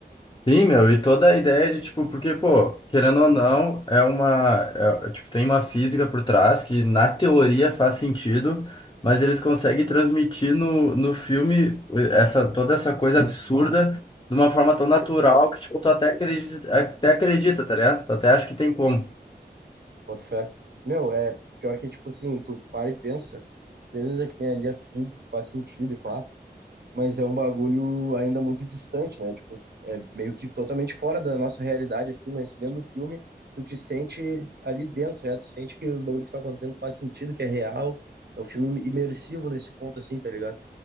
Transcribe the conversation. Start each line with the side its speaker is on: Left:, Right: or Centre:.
Left: Sim, meu, e toda a ideia de, tipo, porque, pô, querendo ou não, é uma, é- é, tipo, tem uma física por trás que na teoria faz sentido, mas eles conseguem transmitir no, no filme essa, toda essa coisa absurda de uma forma tão natural que, tipo, tu até acredita, até acredita, tá ligado? Tu até acha que tem como.
Right: Boto fé. Meu, é pior que é tipo assim, tu para e pensa, beleza que tem ali a física, que faz sentido e pá, mas é um bagulho ainda muito distante, né? Tipo, é meio que totalmente fora da nossa realidade, assim, mas vendo o filme, tu te sente ali dentro, né? Tu sente que os bagulhos que estão acontecendo faz sentido, que é real. É um filme imersivo nesse ponto, assim, tá ligado?